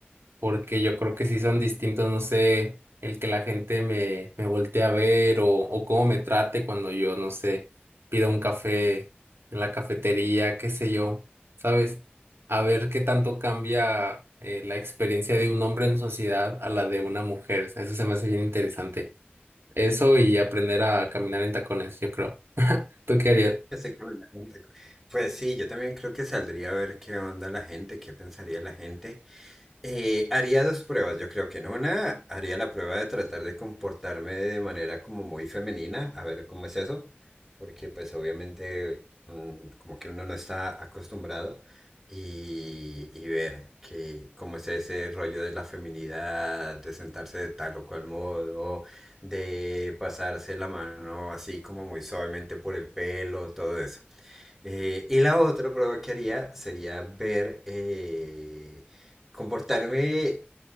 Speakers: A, on the right; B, in the centre.
A: porque yo creo que sí son distintos, no sé, el que la gente me, me voltee a ver o, o cómo me trate cuando yo, no sé, pido un café en la cafetería, qué sé yo, ¿sabes? A ver qué tanto cambia eh, la experiencia de un hombre en sociedad a la de una mujer. o sea, Eso se me hace bien interesante. Eso y aprender a caminar en tacones, yo creo. ¿Tú qué harías?
B: Exactamente. Pues sí, yo también creo que saldría a ver qué onda la gente, qué pensaría la gente. Eh, haría dos pruebas, yo creo que en una haría la prueba de tratar de comportarme de manera como muy femenina, a ver cómo es eso, porque pues obviamente mm, como que uno no está acostumbrado y, y ver que cómo es ese rollo de la feminidad, de sentarse de tal o cual modo, de pasarse la mano así como muy suavemente por el pelo, todo eso. Eh, y la otra prueba que haría sería ver, eh, comportarme,